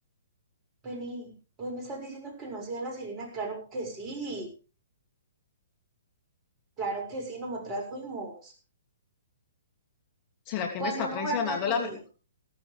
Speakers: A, on the right; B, on the left.
A: Penny, pues me estás diciendo que no has ido a la sirena. Claro que sí, claro que sí, nosotras fuimos.
B: ¿Será que
A: Cuando
B: me está
A: uno
B: traicionando
A: va al Danubio,
B: la memoria?